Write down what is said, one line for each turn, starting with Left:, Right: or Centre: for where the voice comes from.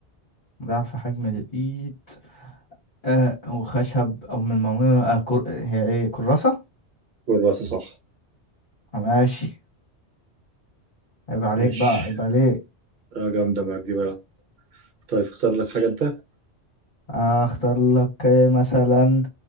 Left: ضعف حجم الايد أه وخشب او من المعمولة أه كر... هي ايه كراسة
Right: والرأس صح
Left: آه، ماشي عيب عليك
Right: ماشي
Left: بقى عيب عليك
Right: آه، جامدة معاك دي بقى طيب اختار لك حاجة أنت
Left: اختار لك إيه مثلا